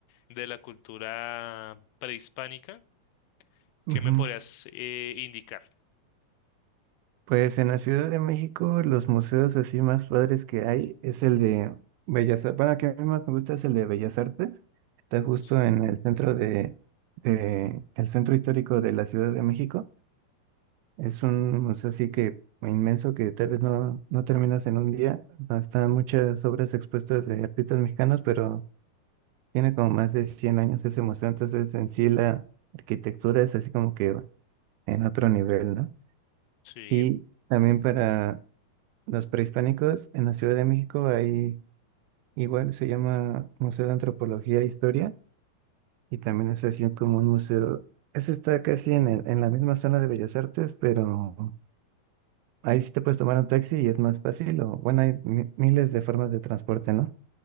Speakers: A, on the left; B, on the right.
A: de la cultura prehispánica.
B: Ujú.
A: ¿Qué me podrías eh, indicar?
B: Pues en la Ciudad de México los museos así más padres que hay es el de Bellas Artes, bueno, que a mí más me gusta es el de Bellas Artes, está justo
A: Sí,
B: en el centro de, de el centro histórico de la Ciudad de México. Es un museo así que inmenso que tal vez no, no terminas en un día. Están muchas obras expuestas de artistas mexicanos, pero tiene como más de 100 años ese museo, entonces en sí la arquitectura es así como que en otro nivel, ¿no?
A: sí,
B: Y también para los prehispánicos, en la Ciudad de México hay igual, se llama Museo de Antropología e Historia, y también es así como un museo. Ese está casi en el- en la misma zona de Bellas Artes, pero Ahí sí te puedes tomar un taxi y es más fácil, o bueno, hay mi- miles de formas de transporte, ¿no?